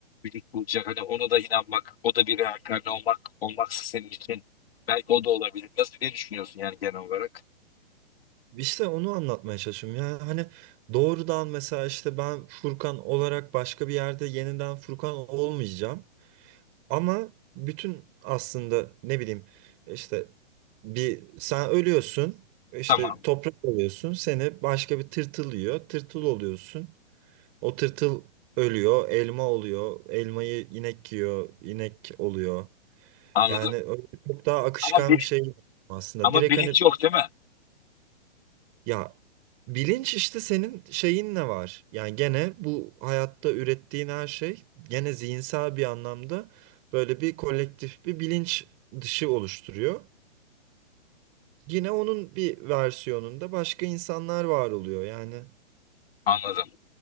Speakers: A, on the left (about 55°); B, on the right (about 25°).
A: vücut bulacak. Hani ona da inanmak, o da bir reenkarne olmak, olmaksa senin için belki o da olabilir. Nasıl ne düşünüyorsun yani genel olarak?
B: İşte onu anlatmaya çalışıyorum. Yani hani doğrudan mesela işte ben Furkan olarak başka bir yerde yeniden Furkan olmayacağım. Ama bütün aslında ne bileyim işte bir sen ölüyorsun işte
A: Tamam
B: toprak oluyorsun seni başka bir tırtıl yiyor tırtıl oluyorsun. O tırtıl ölüyor elma oluyor elmayı inek yiyor inek oluyor.
A: anladım.
B: Yani öyle çok daha akışkan
A: Ama bil-
B: bir şey aslında.
A: ama
B: Direkt
A: bilinç
B: hani
A: yok değil mi?
B: Ya bilinç işte senin şeyin ne var? Yani gene bu hayatta ürettiğin her şey gene zihinsel bir anlamda böyle bir kolektif bir bilinç dışı oluşturuyor. Yine onun bir versiyonunda başka insanlar var oluyor. Yani
A: Anladım.